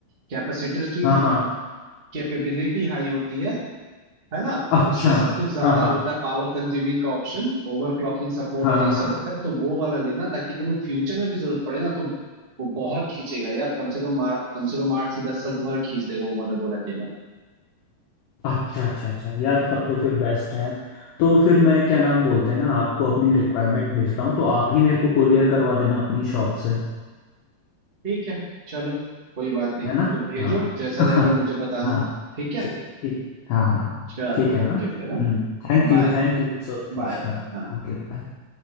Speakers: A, on the right; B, on the left.
A: कैपेसिटर्स की
B: हाँ हाँ
A: कैपेबिलिटी हाई होती है है ना
B: अच्छा
A: उसमें सब कुछ ज्यादा
B: हाँ हाँ
A: होता है पावर कंज्यूमिंग का ऑप्शन ओवरक्लॉकिंग सपोर्ट
B: हाँ
A: और ये
B: हाँ हाँ
A: सब होता है तो वो वाला लेना ताकि तुम्हें फ्यूचर में भी जरूरत पड़े ना तो वो बहुत खींचेगा यार कम से कम आ- कम से कम आठ से दस साल तुम्हारा खींच देगा वो मदरबोर्ड अकेला
B: अच्छा अच्छा अच्छा यार तब तो फिर बेस्ट है तो फिर मैं क्या नाम बोलते हैं ना आपको अपनी रिक्वायरमेंट भेजता हूँ तो आप ही मेरे को कुरियर करवा देना अपनी शॉप से
A: ठीक है चलो कोई बात नहीं
B: है ना
A: तुम भेजो
B: हाँ
A: जैसा
B: <laughs>
A: रहेगा
B: हाँ
A: मुझे बताना
B: हाँ
A: ठीक है
B: ठीक ठीक हाँ हाँ हाँ,
A: चलो
B: ठीक है हाँ
A: ओके फिर हाँ
B: हम्म Thank
A: बाय
B: you thank you so
A: बाय
B: much हाँ
A: बाय हाँ
B: Okay bye